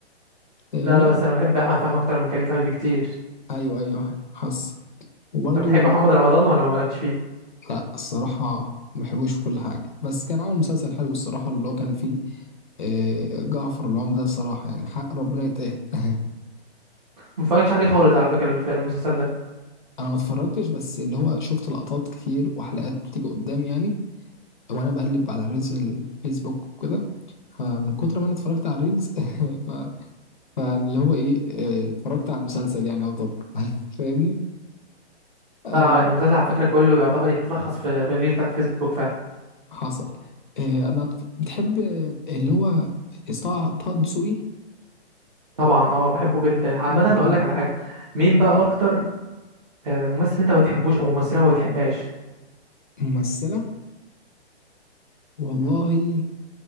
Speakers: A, on the left (about 45°); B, on the right (about 35°).
A: <laughs> فاهمني؟
B: لا لا بس انا بحب احمد فهمي اكتر من كريم فهمي بكتير
A: أيوه أيوه حصل وبرضه
B: انت بتحب محمد رمضان ولا ما بالكش فيه
A: لا الصراحة ما بحبوش في كل حاجة بس كان عامل مسلسل حلو الصراحة اللي هو كان فيه آه، جعفر العمدة الصراحة يعني حق ربنا يتقال <laughs>
B: ما اتفرجتش عليه خالص على فكره في المسلسل ده
A: أنا ما اتفرجتش بس اللي هو شفت لقطات كتير وحلقات بتيجي قدام يعني وأنا بقلب على ريلز الفيسبوك وكده فمن كتر ما أنا اتفرجت على الريلز <laughs> ف... فاللي هو إيه آه، اتفرجت على المسلسل يعني يعتبر <laughs> فاهمني آه،
B: لا، المسلسل على فكره كله يعتبر يتلخص في في الريلز بتاعت فيسبوك فعلا
A: حصل آه، أنا أتف- بتحب آه، اللي هو طه طه دسوقي
B: طبعا اه بحبه جدا عامه
A: يعني
B: اقول لك على حاجه مين بقى اكتر آه، ممثل انت ما بتحبوش او ممثله ما بتحبهاش
A: ممثلة والله